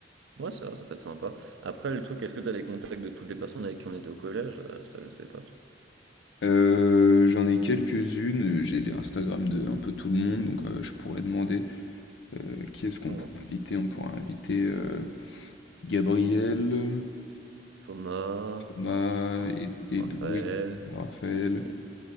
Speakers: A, on the right; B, on the left.
A: Ouais, ça ça peut être sympa. Après le truc, est-ce que t'as les contacts de toutes les personnes avec qui on était au collège? Heu, ça je sais pas, toi.
B: Euh, j'en ai quelques-unes, j'ai les Instagram de un peu tout le monde, donc euh, je pourrais demander euh, qui est-ce qu'on
A: Ouais.
B: pourrait inviter? On pourrait inviter euh, Gabriel,
A: Thomas,
B: Thomas,
A: Raph
B: Ed- Edoui,
A: Raphaël,
B: Raphaël,
A: Ed